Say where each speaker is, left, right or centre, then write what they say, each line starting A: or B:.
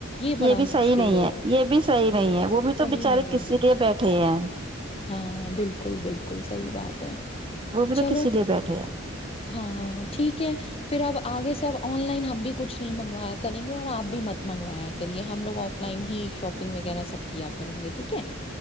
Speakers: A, on the left (about 30°); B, on the right (about 25°).
A: بڑا
B: یہ بھی
A: مشکل
B: صحی نہیں
A: ہو
B: ہے
A: گیا
B: یہ بھی صحی نہیں
A: ہاں
B: ہے وہ بھی
A: صحیح
B: تو بچارے
A: نہیں
B: کسی
A: ہے بالکل
B: کےے بیٹھے ہیں
A: ہاں بالکل بالکل صحیح بات ہے
B: وہ بھی تو
A: چلو
B: کسی لیے بیٹھے ہیں
A: ہاں ہے پھر اب آگے سے اب آن لائن ہم بھی کچھ نہیں منگوایا کریں گے اور آپ بھی مت منگوایا کریے ہم لوگ آف لائن ہی شاپنگ وغیرہ سب کیا کریں گے ٹھیک ہے